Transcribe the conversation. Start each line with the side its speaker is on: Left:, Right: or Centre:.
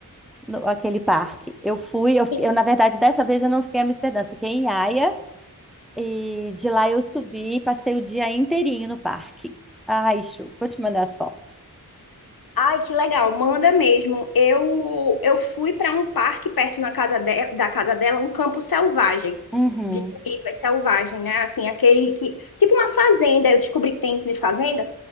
Centre: no- aquele parque. Eu fui, eu, fiquei-
Left: Sim.
Centre: eu, na verdade, dessa vez eu não fiquei em Amsterdã, eu fiquei em Haia. E de lá eu subi e passei o dia inteirinho no parque. Ai, Ju, vou te mandar as fotos.
Left: Ai, que legal, manda mesmo. Eu eu fui para um parque perto na casa de- da casa dela, um campo selvagem,
Centre: Uhum.
Left: de tulipas selvagem, né? Assim, aquele que tipo uma fazenda, eu descobri que tem isso de fazenda